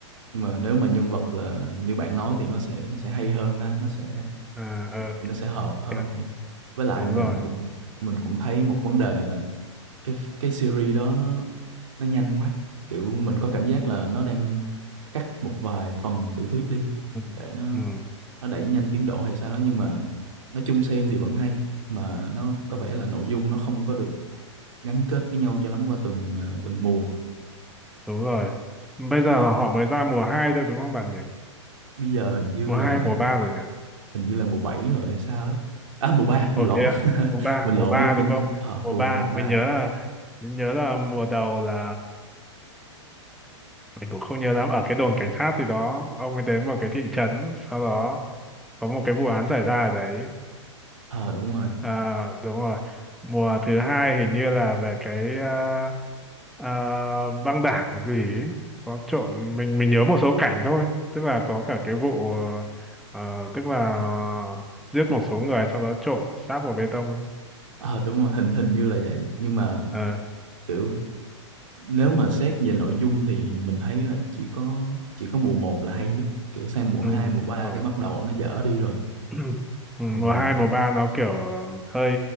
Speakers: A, on the right; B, in the centre.
A: nhưng mà nếu mà nhân vật là như bạn nói thì nó sẽ nó sẽ hay hơn ha nó sẽ
B: À, ờ,
A: nó sẽ hợp hơn
B: kìa,
A: thì với lại
B: đúng
A: mình
B: rồi.
A: cũng mình cũng thấy một vấn đề là cái cái series đó nó nó nhanh quá kiểu mình có cảm giác là nó đang cắt một vài phần tiểu thuyết đi
B: Ừ,
A: để nó
B: ừ,
A: nó đẩy nhanh tiến độ hay sao đó nhưng mà nói chung xem thì vẫn hay mà nó có
B: ừ,
A: vẻ là nội dung nó không có được gắn kết với nhau cho lắm qua từng ờ, từng mùa
B: đúng rồi. Bây giờ là họ mới ra mùa 2 thôi đúng không bạn nhỉ?
A: bây giờ hình như
B: Mùa
A: là
B: 2 mùa 3 rồi nhỉ?
A: hình như là mùa 7 rồi hay sao ấy à mùa ba
B: Ồ
A: mình lộn
B: thế à?
A: <laughs>
B: Mùa ba
A: mình
B: mùa
A: lộn
B: ba
A: với
B: đúng
A: phim
B: không?
A: khác ờ
B: Mùa
A: mùa
B: 3
A: mùa ba
B: mình nhớ là, mình nhớ là mùa đầu là mình cũng không nhớ lắm ở cái đồn cảnh sát gì đó ông ấy đến một cái thị trấn sau đó có một cái vụ án xảy ra ở đấy
A: ờ đúng rồi
B: à, đúng rồi mùa thứ hai hình như là về cái à, à, băng đảng gì ấy. có trộn mình mình nhớ một số cảnh thôi tức là có cả cái vụ ờ, tức là giết một số người sau đó trộn xác vào bê tông
A: ờ đúng rồi hình hình như là vậy nhưng mà
B: Ờ,
A: kiểu nếu mà xét về nội dung thì mình thấy là chỉ có chỉ có mùa một là hay nhất kiểu sang mùa
B: ừ,
A: 2 mùa
B: đúng
A: 3
B: rồi
A: cái bắt đầu nó dở đi rồi
B: <clears throat> Ừ,
A: mùa một
B: mùa hai
A: được
B: mùa ba nó kiểu ờ, hơi